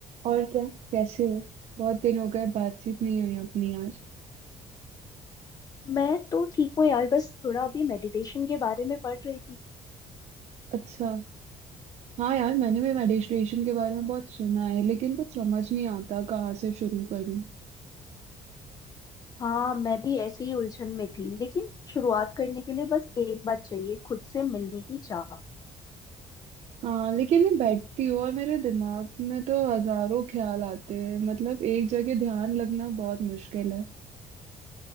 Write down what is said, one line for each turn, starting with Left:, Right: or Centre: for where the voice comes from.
Right: और क्या कैसे हो बहुत दिन हो गए बातचीत नहीं हुई अपनी यार
Left: मैं तो ठीक हूँ यार बस थोड़ा अभी मेडिटेशन के बारे में पढ़ रही थी
Right: अच्छा हाँ यार मैंने भी मेडिटेशन के बारे में बहुत सुना है लेकिन कुछ समझ नहीं आता कहाँ से शुरू करूँ
Left: हाँ मैं भी ऐसे ही उलझन में थी लेकिन शुरुआत करने के लिए बस एक बात चाहिए खुद से मिलने की चाह
Right: हाँ लेकिन मैं बैठती हूँ और मेरे दिमाग में तो हजारों ख्याल आते हैं मतलब एक जगह ध्यान लगना बहुत मुश्किल है